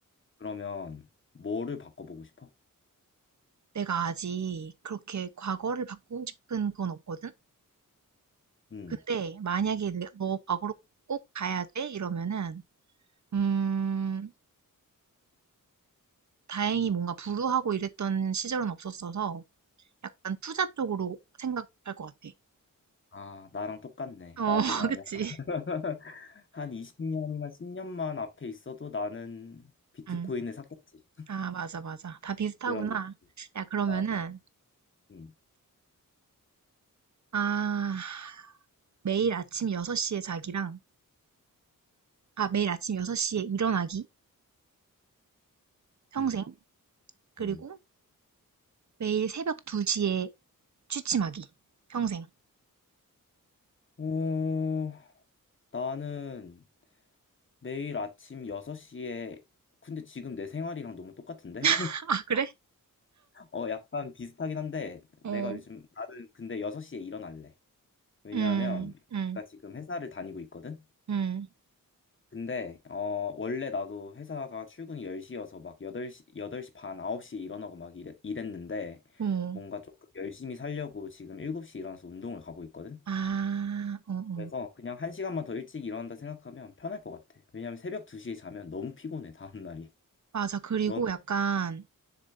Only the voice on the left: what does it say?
그러면 뭐를 바꿔보고 싶어?
음.
아, 나랑 똑같네.
나도
만약
<laughs> 한 20년이나 10년만 앞에 있어도 나는 비트코인을
샀겠지.
그런 느낌.
맞아. 응,
응,
응.
어, 나는 매일 아침 6시에, 근데 지금 내 생활이랑 너무 똑같은데?
<laughs> 어, 약간 비슷하긴 한데,
내가 요즘, 나는 근데 6시에 일어날래. 왜냐하면,
내가 지금 회사를 다니고 있거든?
근데 어 원래 나도 회사가 출근이 10시여서 막 8시 여덟 시반 9시에 일어나고 막 이랬, 이랬는데
뭔가 조금 열심히 살려고 지금 7시에 일어나서 운동을 가고 있거든.
그래서 그냥 한시간만더 일찍 일어난다 생각하면 편할 것 같아. 왜냐면 새벽 2시에 자면 너무 피곤해 다음 날이.
<laughs>
넌